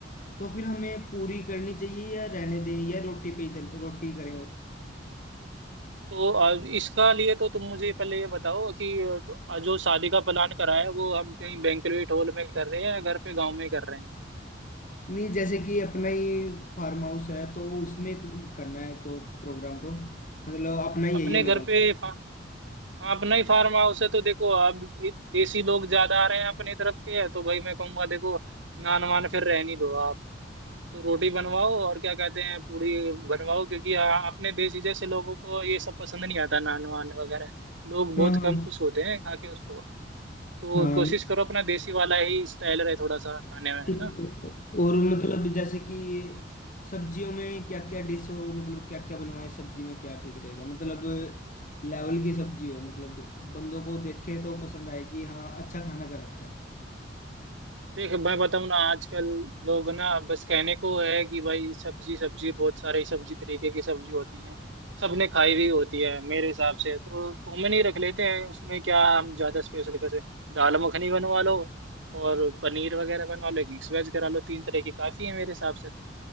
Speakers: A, on the left; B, on the right.
A: तो फिर हमें पूरी करनी चाहिए या रहने दें या रोटी पे ही चल रोटी करें बस
B: तो आ, इसका लिए तो तुम मुझे पहले ये बताओ कि अ, तो, आ, जो शादी का प्लान करा है वो हम कहीं बैंक्वेट हॉल में कर रहे हैं या घर पे गांव में कर रहे हैं
A: नहीं जैसे कि अपना ही फार्म हाउस है तो उसमें क- करना है तो प्रोग्राम तो मतलब अपना ही
B: अपने
A: है ये
B: घर
A: लगा
B: पे फा, हाँ, अपना ही फार्म हाउस है तो देखो अब ये देसी लोग ज्यादा आ रहे हैं अपनी तरफ के है तो भाई मैं कहूंगा देखो नान वान फिर रहने दो आप तो रोटी बनवाओ और क्या कहते हैं पूड़ी बनवाओ क्योंकि आ, अपने देसी जैसे लोगों को ये सब पसंद नहीं आता नान वान वगैरह लोग
A: हाँ
B: बहुत
A: हाँ
B: कम खुश होते हैं खा के उसको तो
A: हाँ
B: कोशिश करो अपना देसी वाला ही स्टाइल रहे थोड़ा सा खाने में
A: ठीक।
B: है ना
A: और मतलब जैसे कि सब्जियों में क्या क्या डिश हो मतलब क्या क्या बनवाए सब्जी में क्या ठीक रहेगा मतलब लेवल की सब्जी हो मतलब बंदों को देखे तो पसंद आए कि हाँ अच्छा खाना कर रखा है
B: देख मैं बताऊँ ना आजकल लोग ना बस कहने को है कि भाई सब्जी सब्जी बहुत सारी सब्जी तरीके की सब्जी होती है सबने खाई हुई होती है मेरे हिसाब से तो कॉमन ही रख लेते हैं उसमें क्या हम ज्यादा स्पेशल कैसे दाल मखनी बनवा लो और पनीर वगैरह बनवा लो एक मिक्स वेज करा लो तीन तरह की काफी है मेरे हिसाब से तो